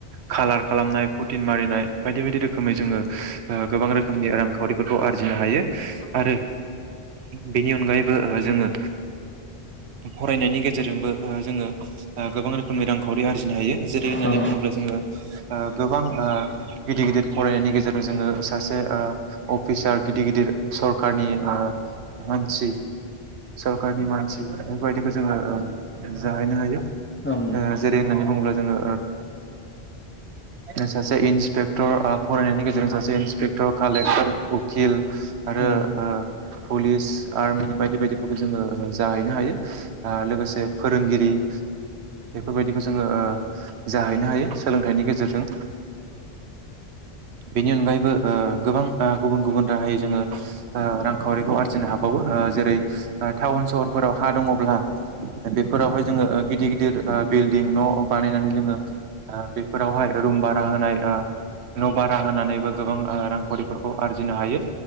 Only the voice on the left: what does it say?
औ
ओम
उम